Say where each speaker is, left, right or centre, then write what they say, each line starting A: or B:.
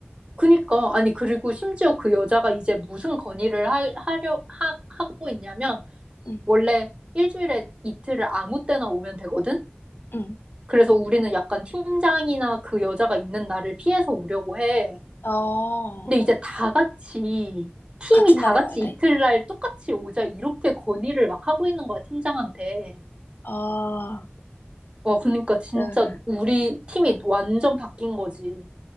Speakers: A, on the right (about 25°); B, on the left (about 60°).
A: 그니까, 아니, 그리고 심지어 그 여자가 이제 무슨 건의를 하, 하려, 하, 하고 있냐면,
B: 응,
A: 원래 일주일에 이틀을 아무 때나 오면 되거든?
B: 응.
A: 그래서 우리는 약간 팀장이나 그 여자가 있는 날을 피해서 오려고 해.
B: 어.
A: 근데 이제 다 같이, 팀이
B: 같은
A: 다
B: 달에
A: 같이
B: 와야 돼?
A: 이틀날 똑같이 오자, 이렇게 건의를 막 하고 있는 거야, 팀장한테.
B: 아,
A: 와, 그니까 진짜
B: 네.
A: 우리 팀이 완전 바뀐 거지.